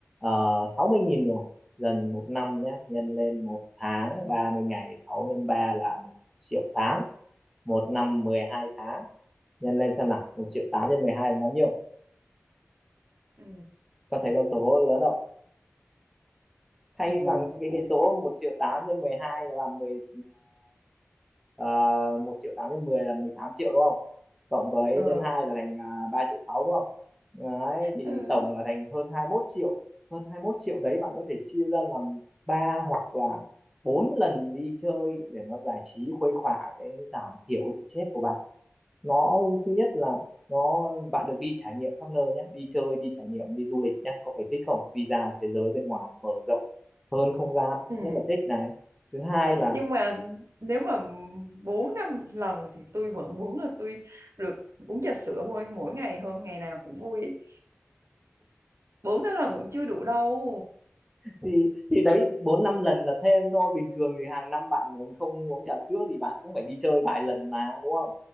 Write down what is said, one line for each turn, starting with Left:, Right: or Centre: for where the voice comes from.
Centre: uh, sáu mươi nghìn rồi dần một năm nhé nhân lên một tháng ba mươi ngày 6 nhân 3 là một triệu tám một năm mười hai tháng nhân lên xem nào một triệu tám nhân 12 là bao nhiêu
Right: ừ
Centre: con thấy con số lớn không thay
Right: ừ
Centre: bằng cái
Right: cũng
Centre: cái số một triệu 8 nhân 12 là mười uh, 1 triệu 8 nhân 10 là 18 triệu đúng không? Cộng với
Right: ờ
Centre: nhân 2 là thành uh, 3 triệu 6 đúng không? Đấy thì
Right: ừ.
Centre: tổng là thành hơn hai mươi mốt triệu. Hơn 21 triệu đấy bạn có thể chia ra làm 3 hoặc là 4 lần đi chơi để nó giải trí khuây khỏa cái giảm thiểu stress của bạn nó thứ nhất là nó bạn được đi trải nghiệm khắp nơi nhé đi chơi đi trải nghiệm đi du lịch nhé có phải thích không đi ra thế giới bên ngoài mở rộng hơn không gian
Right: ừ.
Centre: rất là thích này thứ hai là
Right: nhưng mà nếu mà 4 năm lần thì tôi vẫn muốn là tôi được uống trà sữa mỗi mỗi ngày hơn ngày nào cũng vui ấy. 4 năm lần vẫn chưa đủ đâu
Centre: thì thì đấy bốn năm lần là thêm thôi bình thường thì hàng năm bạn không uống trà sữa thì bạn cũng phải đi chơi vài lần mà đúng không